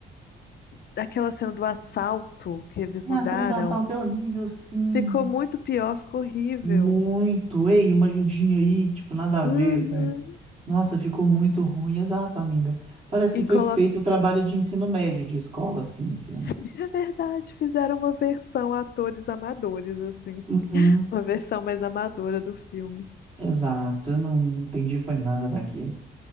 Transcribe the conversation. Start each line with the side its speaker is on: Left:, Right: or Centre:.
Left: daquela cena do assalto que eles
Right: E
Left: mudaram,
Right: a cena do assalto é horrível, sim.
Left: ficou muito pior, ficou horrível.
Right: Muito. Ei, uma ajudinha aí, tipo, nada a
Left: Uhum.
Right: ver, velho. Nossa, ficou muito ruim. Exato, amiga. Parece que
Left: E
Right: foi
Left: coloca.
Right: feito o trabalho de ensino médio de escola, assim, o filme.
Left: <laughs> Sim, é verdade, fizeram uma versão atores amadores, assim.
Right: Uhum,
Left: Uma versão mais amadora do filme.
Right: exato. Eu não entendi, foi nada daquilo.